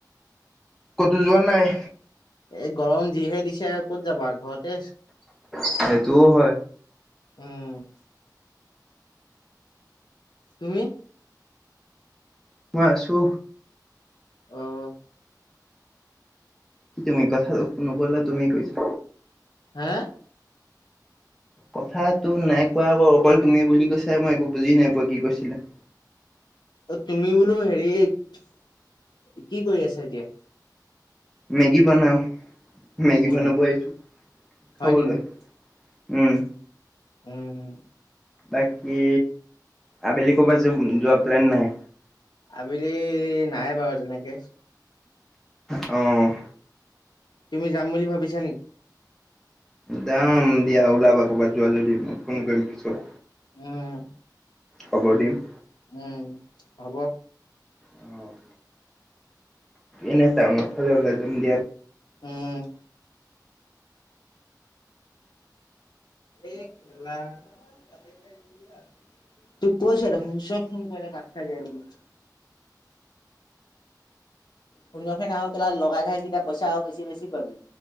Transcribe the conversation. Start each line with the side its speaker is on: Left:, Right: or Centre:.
Centre: কতো যোৱা নাই
Left: এ গৰম যিহে দিছে ক'ত যাবা ঘৰতে
Centre: সেইটোও হয়
Left: উম তুমি
Centre: মই আছো
Left: আহ
Centre: কি তুমি কথা নকলা তুমি কৈছা
Left: এ
Centre: কথাতটো নাই কোৱা আকৌ অকল তুমি বুলি কৈছা মই একো বুজি নাই পোৱা কি কৈছিলা <inaudible>
Left: অ তুমি বোলো হেৰি কি কৰি আছা এতিয়া
Centre: মেগী বনাও মেগী
Left: উম
Centre: বনাব আহিছো খাবলৈ
Left: হয় নেকি?
Centre: উম
Left: উম
Centre: বাকী আবেলি ক'ৰবাত য যোৱা প্লেন নাই।
Left: আবেলি নাই বাৰু তেনেকে।
Centre: অ'।
Left: তুমি যাম বুলি ভাবিছা নেকি?
Centre: যাম দিয়া ওলাবা ক'বাত যোৱা যদি মই ফোন কৰিম পিছত।
Left: উ'ম।
Centre: খবৰ দিম।
Left: উম হ'ব।
Centre: অ'। এনে টাউনৰ ফালে ওলাই যাম দিয়া।
Left: উ'ম। এ! কেলা কাটে খাই গ'ল দিয়া তোক কৈছে দেখোন চব ফোন কৰিলে কাট খাই যায় বুলি। শুন্য খনে আৰু কেলা লগাই থাই কেতিয়া পইচা আৰু বেছি বেছি পাবি।